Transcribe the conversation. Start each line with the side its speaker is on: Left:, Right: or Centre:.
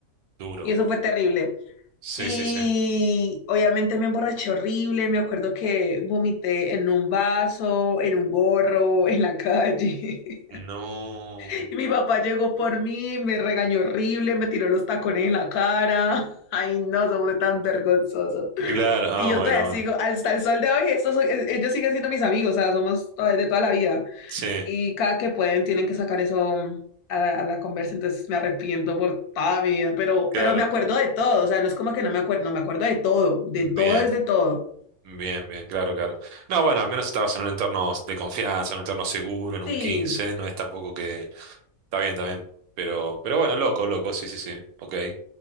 Right: Duro.
Left: y eso fue terrible.
Right: Sí,
Left: Y
Right: sí, sí.
Left: obviamente me emborraché horrible. Me acuerdo que vomité en un vaso, en un gorro, en la calle. <laughs>
Right: No.
Left: Y mi papá llegó por mí, me regañó horrible, me tiró los tacones en la cara. <laughs> Ay, no, somos tan vergonzosos.
Right: Claro, ah,
Left: Y yo
Right: bueno,
Left: todavía sigo,
Right: bueno.
Left: hasta el sol de hoy, estos, son- ellos siguen siendo mis amigos, o sea, somos to- de toda la vida.
Right: Sí,
Left: Y cada que pueden tienen que sacar eso mm, a la, a la conversa, entonces me arrepiento por toda mi vida, pero,
Right: claro.
Left: pero me acuerdo de todo, o sea, no es como que no me acuerdo, no me acuerdo de todo, de
Right: Bien,
Left: todo es de todo.
Right: bien, bien, claro, claro. No, bueno, al menos estabas en un entorno de confianza, en un entorno seguro, en un
Left: Sí,
Right: 15 no es tampoco que... Está bien, está bien. Pero, pero bueno, loco, loco, sí, sí, sí. Ok.